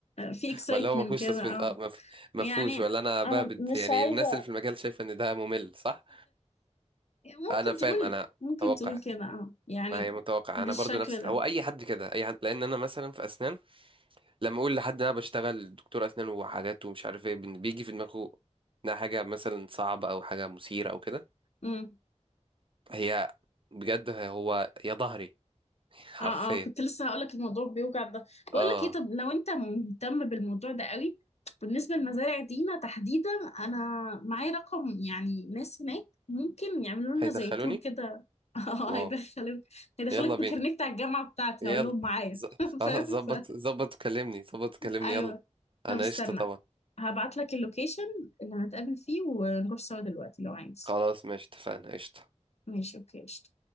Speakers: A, on the left (about 65°); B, on the right (about 45°).
A: في اكسايتمنت
B: ولا هو ما فيهوش
A: كده
B: سسبنس
A: اه
B: اه ما ف- ما
A: يعني
B: فيهوش ولا انا بهبد
A: انا مش
B: يعني
A: عايزه
B: الناس اللي في المجال شايفه ان ده ممل صح
A: ممكن
B: انا فاهم
A: تقول
B: انا
A: ممكن
B: متوقع
A: تقول كده اه يعني
B: ما هي متوقع
A: بالشكل
B: انا برضو نفس
A: ده
B: هو اي حد كده اي حد لان انا مثلا في اسنان لما اقول لحد إن انا بشتغل دكتور اسنان وحاجات ومش عارف ايه بن- بيجي في دماغه انها حاجه مثلا صعبه او حاجه مثيره او كده
A: امم
B: هي بجد هي- هو يا ظهري <laughs> حرفيا
A: اه اه كنت لسه هقولك الموضوع بيوجع ده بقول
B: اه
A: لك ايه طب لو انت مهتم بالموضوع ده قوي بالنسبه لمزارع دينا تحديدا انا معايا رقم يعني ناس هناك ممكن يعملوا لنا
B: هيدخلوني
A: زي تور كده <laughs> اه
B: واو
A: هيدخلك هيدخلك
B: يلا
A: بكارنيه
B: بينا
A: بتاع الجامعه بتاعتي
B: يلا
A: هقول لهم معايا
B: ز-
A: <laughs>
B: خلاص
A: فاهم
B: ظبط
A: ف-
B: ظبط كلمني ظبط كلمني
A: ايوه
B: يلا
A: طب
B: انا
A: استنى
B: قشطه طبعا
A: هبعت لك اللوكيشن اللي هنتقابل فيه ونروح سوا دلوقتي لو عايز
B: خلاص ماشي اتفقنا قشطه
A: ماشي اوكي قشطة.